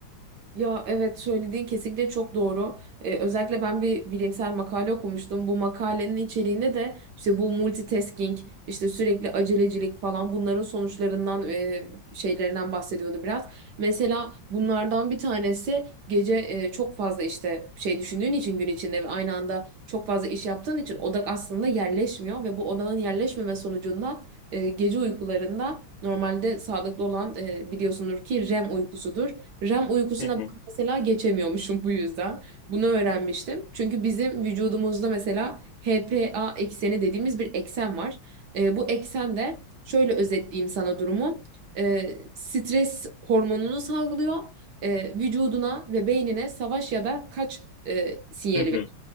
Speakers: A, on the right (about 70°); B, on the left (about 75°).
A: Ya evet söylediğin kesinlikle çok doğru. Ee, özellikle ben bir bilimsel makale okumuştum. Bu makalenin içeriğinde de işte bu multitasking, işte sürekli acelecilik falan bunların sonuçlarından ve şeylerinden bahsediyordu biraz. Mesela bunlardan bir tanesi gece e, çok fazla işte şey düşündüğün için gün içinde ve aynı anda çok fazla iş yaptığın için odak aslında yerleşmiyor ve bu odağın yerleşmeme sonucunda e, gece uykularında normalde sağlıklı olan e, biliyorsundur ki REM uykusudur. REM uykusuna
B: Hı hı,
A: mesela geçemiyormuşum bu yüzden. Bunu öğrenmiştim. Çünkü bizim vücudumuzda mesela HPA ekseni dediğimiz bir eksen var. Ee, bu eksen de şöyle özetleyeyim sana durumu. Ee, stres hormonunu salgılıyor. Ee, vücuduna ve beynine savaş ya da kaç e, sinyali
B: hı hı,